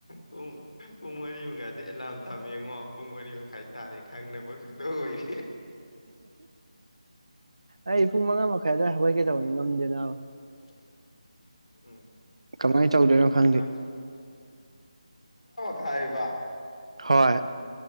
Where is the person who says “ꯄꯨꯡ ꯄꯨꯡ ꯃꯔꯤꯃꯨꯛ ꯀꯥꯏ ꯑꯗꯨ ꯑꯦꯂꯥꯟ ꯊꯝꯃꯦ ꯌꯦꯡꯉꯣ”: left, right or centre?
Left